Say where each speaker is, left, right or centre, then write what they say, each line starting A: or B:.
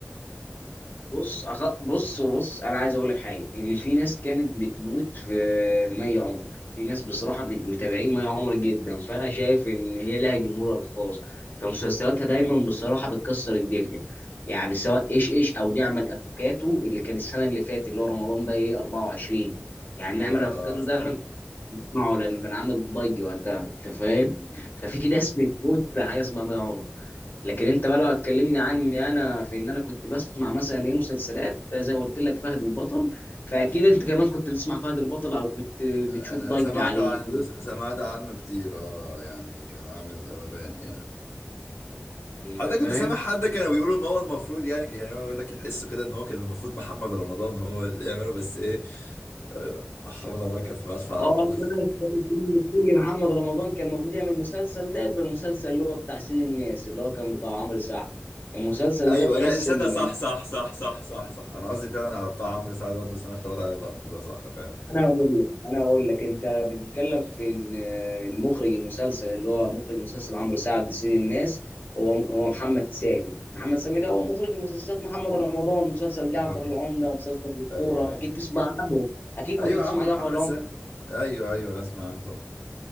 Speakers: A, on the left; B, on the left.
A: بص أخ... بص وبص انا عايز اقول لك حاجه ان في ناس كانت بتموت في مي عمر في ناس بصراحه من متابعين مي عمر جدا فانا شايف ان هي لها جمهورها الخاص فمسلسلاتها دايما بصراحه بتكسر الدنيا يعني سواء ايش ايش او نعمل افوكاتو اللي كان السنه اللي فاتت اللي هو رمضان بقى ايه 24 يعني نعمل
B: اه
A: افوكاتو
B: اه
A: ده
B: س-
A: انا كنت بسمعه لانه كان عامل ضجه وقتها انت فاهم
B: مم.
A: ففي ناس بتموت في حاجه اسمها مي عمر لكن انت بقى لو هتكلمني عني انا في ان انا كنت بسمع مثلا ايه مسلسلات زي ما قلت لك فهد البطل فاكيد انت كمان كنت بتسمع فهد البطل او كنت بتشوف
B: انا
A: ضجة
B: سمعت
A: عليه
B: عنه س- سمعت عنه كتير اه يعني كان عامل قلبان يعني
A: انت
B: حتى
A: فاهم
B: كنت سامع حد كانوا بيقولوا ان هو المفروض يعني يعني هو يقول لك يحسوا كده ان هو كان المفروض محمد رمضان هو اللي يعمله بس ايه آه، محمد رمضان كان في مدفع
A: اه
B: رمضان
A: بس اللي محمد رمضان كان المفروض يعمل مسلسل ده يبقى المسلسل اللي هو بتاع سيد الناس اللي هو كان بتاع عمرو سعد المسلسل
B: ايوه
A: ده تحس
B: لا صدق
A: ان
B: صح صح صح صح صح صح انا قصدي فعلا على بتاع عمرو سعدات بس انا اختلط عليه الامر ده صح فعلا
A: انا هقول لك انا هقول لك انت بتتكلم في ان آه، المخرج المسلسل اللي هو مخرج مسلسل عمرو سعد سيد الناس هو هو محمد سامي محمد سامي ده هو مخرج مسلسلات محمد رمضان مسلسل جعفر
B: آه.
A: العمدة ومسلسل الكورة
B: ايوه ايوه
A: اكيد تسمع عنه اكيد
B: ايوه
A: كنت تسمع
B: يا عم محمد
A: جعفر العمدة
B: سامي ايوه ايوه اسمع عنه طبعا